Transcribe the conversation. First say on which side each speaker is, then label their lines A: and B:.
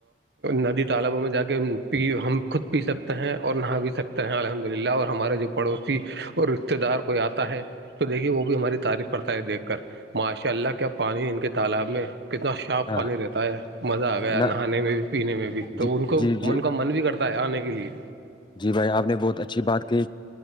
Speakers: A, on the right; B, on the left.
A: ندی تالابوں میں جا کےی ہم خود پی سکتے ہیں اور نہا بھی سکتے ہیں الحمد للہ اور ہمارے جو پڑوسی اور رشتے دار کوئی آتا ہے تو دیکھیے وہ بھی ہماری تعریف کرتا ہے دیکھ کر ماشاء اللہ کیا پانی ان کے تالاب میں کتنا چاف
B: ہاں
A: پانی رہتا ہے مزہ آ گیا
B: نہ
A: نہانے میں بھی پینے میں بھی تو
B: جی
A: ان کو
B: جی جی
A: ان کا من بھی کرتا آنے کے لیے
B: جی بھائی آپ نے بہت اچھی بات کہ